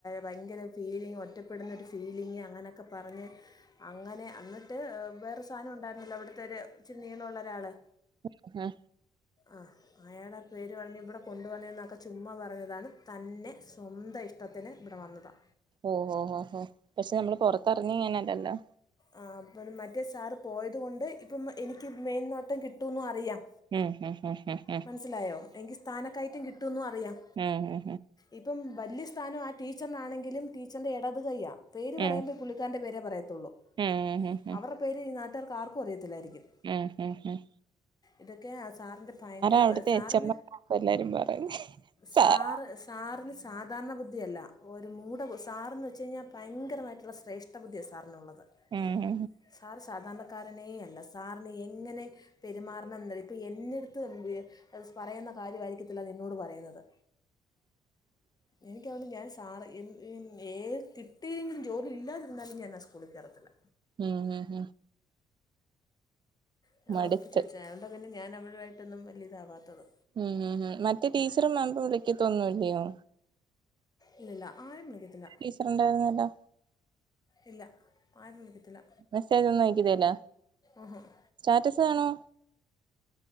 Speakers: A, on the left (about 30°); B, on the right (about 35°).
A: ഭയങ്കര ഫീലിങ് ഒറ്റപ്പെടുന്നൊരു ഫീലിങ് അങ്ങനെയൊക്കെ പറഞ്ഞ്. അങ്ങനെ എന്നിട്ട് വേറൊര് സാധനം ഒണ്ടായിരുന്നല്ലോ അവിടുത്തെ ഒരു ച്ചിനീളള്ള ഒരാള്.
B: <inaudible> ആഹ്
A: ആഹ് അയാടെ പേര് പറഞ്ഞ ഇവിടെ കൊണ്ടുവന്നതെന്നൊക്കെ ചുമ്മാ പറഞ്ഞതാണ് തന്നെ. സ്വന്തം ഇഷ്ടത്തിന് ഇവിടെ വന്നതാ.
B: ഓഹോ ഹോ ഹോ പക്ഷെ നമ്മള് പുറത്തെറങ്ങിയ ഇങ്ങനല്ലല്ലോ.
A: ആഹ് അപ്പം മറ്റേ സാറ് പോയതുകൊണ്ട് ഇപ്പം എനിക്ക് മെയിൻനോട്ടം കിട്ടൂന്നും അറിയാം.
B: ഹേ ഹേ ഹേ ഹ
A: മനസ്സിലായോ എനിക്ക് സ്ഥാനക്കയറ്റം കിട്ടുന്നും അറിയാം.
B: ഉം ഉം ഉം ഉം
A: ഇപ്പം വലിയ സ്ഥാനം ആ ടീച്ചറിനാണെങ്കിലും ടീച്ചറിന്റെ ഇടത് കൈയ്യാ പേര്
B: ഉം
A: പറയുമ്പോ പുള്ളി ക്കാൻ്റെ പേരേ പറയത്തുള്ളൂ
B: ഉം ഉം ഉം
A: അവർ പേര് ഈ നാട്ടുകാർക്ക് ആർക്കും അറിയത്തില്ലായിരിക്കും.
B: ആഹ് ആഹ് ആഹ് -
A: ഇതൊക്കെ സാറിൻ്റെ. ഭയങ്കര
B: അവിടുത്തെ
A: സാറിന്
B: എച്ച് എം എം എല്ലാരും പറയും സാർ
A: സാറ് സാ സാറിന് സാധാരണ ബുദ്ധിയല്ല ഒരു മൂട സാറെന്ന് വെച്ച് കഴഞ്ഞാൽ ഭയങ്കരമായിട്ടുള്ള ശ്രേഷ്ഠ. ഠ ബുദ്ധിയാ സാറിനുള്ളത് -
B: ആഹ്
A: സാർ സാധാരണക്കാരനെ അല്ല സാറിന് എങ്ങനെ പെരുമാറണം എന്ന് ഇപ്പൊ എന്നെടു ത്ത് പറയുന്ന കാര്യമായിരിക്കത്തില്ല നിന്നോട് പറയുന്നത്
B: ഉ <inaudible>
A: എനിക്കത്കൊണ്ട് ഞാൻ സാറ് ഏത് കിട്ടിയില്ലെങ്കിലും ജോബ് ഇല്ലാതിരുന്നാലും ഞാൻ ആ സ്കൂളിൽ കേറത്തില്ല.
B: ഉം ഉം
A: ഞാൻ
B: മടുത്ത്
A: ഒറപ്പിച്ച് വെച്ച അതൊണ്ട് പിന്നെ ഞാൻ അവരു ആയിട്ടൊന്നും വലിയ ഇതാവാത്തത്.
B: ഉം ഉം ഉം മറ്റേ ടീച്ചറ് നോമ്പു മുറിക്കത്തൊന്നുമില്ലയോ?
A: ഇല്ലില്ല ആരും വിളിക്കത്തില്ല
B: <inaudible> ണ്ടായിരുന്നല്ലോ
A: ഇല്ല ആരും പിടിക്കത്തില്ല
B: മെസ്സേജ് ഒന്നും അയക്കത്തില്ല
A: ആഹ് -
B: സ്റ്റാറ്റസ് കാണ്വൊ?